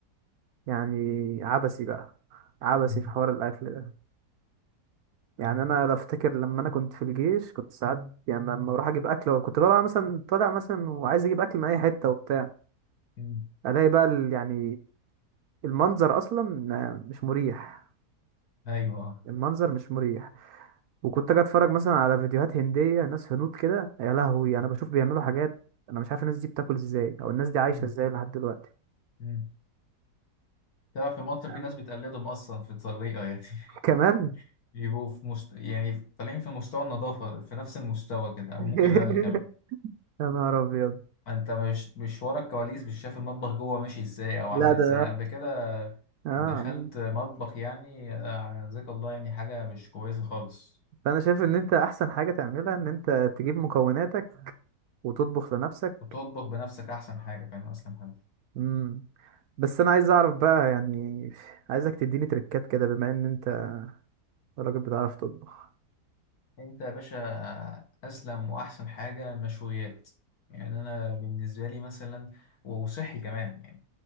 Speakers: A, on the right; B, on the left.
A: يعني عبثي بقى عبثي
B: مم.
A: في حوار الاكل ده يعني انا بفتكر لما انا كنت في الجيش كنت ساعات يعني لما اروح اجيب اكل وكنت ببقى مثلا طالع مثلا وعايز اجيب اكل من اي حته وبتاع
B: مم.
A: الاقي بقى ال- يعني المنظر اصلا مش مريح
B: أيوه
A: المنظر مش مريح وكنت اجي اتفرج مثلا على فيديوهات هنديه ناس هنود كده يا لهوي انا بشوف بيعملوا حاجات انا مش عارف الناس دي بتاكل ازاي او الناس دي عايشه
B: مم.
A: ازاي لحد دلوقتي
B: مم. تلعب في مصر
A: <laughs>
B: في ناس بتقلدهم أصلا في الطريقة يعني <laughs>
A: كمان
B: بيبقوا في مست... يعني طالعين في مستوى النظافة في نفس المستوى كده أو
A: <laughs>
B: ممكن أقل كمان
A: يا نهار ابيض
B: ما أنت مش مش ورا الكواليس مش شايف المطبخ جوه ماشي إزاي أو
A: لا
B: عامل
A: ده
B: إزاي قبل كده
A: اه
B: دخلت مطبخ يعني آه، جزاك الله يعني حاجة مش كويسة خالص
A: فانا شايف ان انت احسن حاجه تعملها ان انت تجيب مكوناتك وتطبخ لنفسك
B: وتطبخ بنفسك أحسن حاجة فاهم أصلا
A: امم بس انا عايز اعرف بقى يعني عايزك تديني تريكات كده بما ان انت راجل بتعرف تطبخ
B: انت يا باشا اسلم واحسن حاجه المشويات يعني انا بالنسبه لي مثلا وصحي كمان يعني